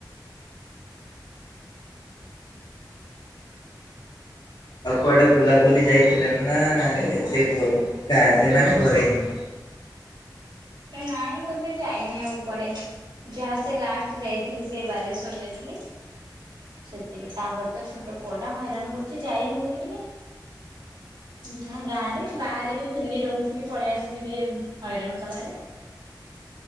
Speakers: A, on the left; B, on the right.
A: ଆଉ କୁଆଡେ ବୁଲାବୁଲି ଯାଇଥିଲେ ନା ସେ ଘ-ଗାଁ ଏ ମାନେ ଘରେ ହିଁ?
B: ହେ ନାଇଁ ମୁଁ ଏବେ ଯାଇନି ଆଉ କୁଆଡେ। ଯାହା ସେ ଲାଷ୍ଟ ଯାଇଥିଲି ସେ ବାଲେଶ୍ଵର ଯାଇଥିଲି। ସେତିକି, ତାପରେ ତ ଛୋଟ ପୁଅ ଟା ହଇରାଣ କରୁଛି ଯାଇ ହଉନି ଟିକେ। <unintelligible> ଗାଁ ରେ ବାହାରେ ବି ଥିଲିି ରହୁଥିଲି ପଳେଇ ଆସିଲି ବି ଏ ହଇରାଣ କଲା ଯେ।